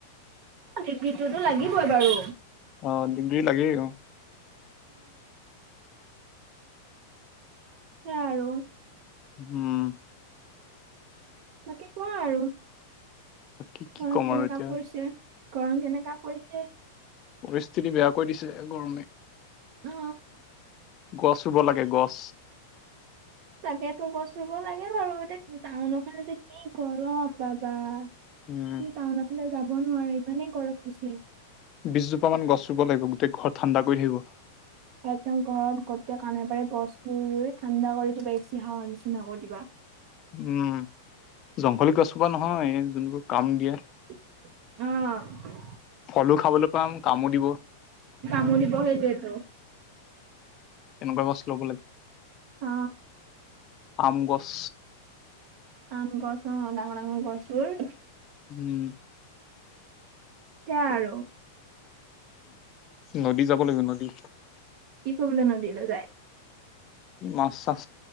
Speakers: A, on the right (about 55°); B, on the left (about 40°).
A: <unintelligible> কৰিব লাগিবই বাৰু।
B: অ ডিগ্ৰী লাগেই অ
A: সে আৰু।
B: উম।
A: বাকী কোৱা আৰু।
B: কি কি
A: গৰম
B: ক'ম
A: কেনেকা
B: আৰু এতিয়া
A: পৰিছে, গৰম কেনেকা পৰিছে?
B: পৰিস্থিতি বেয়া কৰি দিছে, গৰমে।
A: অ
B: গছ ৰুব লাগে গছ।
A: তাকে তোৰ গছ ৰুব লাগে বাৰু এতিয়া টাউনৰ ফালে যে কি গৰম বা বা। তুমি
B: উম
A: টাউনা ফালে যাব নোৱাৰা ইমানেই গৰম দিছে।
B: বিশজোপা মান গছ ৰুব লাগিব, গোটেই ঘৰ ঠাণ্ডা কৰি থাকিব।
A: একদম ঘৰত গোটেই কানে পাৰে গছ ৰুই, ৰুই ঠাণ্ডা কৰি দিবা এ চি হাৱ নিচিনা কৰি দিবা।
B: উম, জংঘলী গছোপা নহয়, যোনবোৰ কাম দিয়ে
A: অহ।
B: কলো খাবলৈ পাম কামো দিব।
A: কামুৰিব সেইটোৱেইটো।
B: কেনেকুৱা গছ ল'ব লাগে
A: অ
B: আম গছ
A: আম গছ অ ডাঙৰ ডাঙৰ গছবোৰ।
B: উম
A: সে আৰু।
B: নদী যাব লাগিব নদী।
A: কি কৰিবলৈ নদীলৈ যায়
B: মাছ চাছ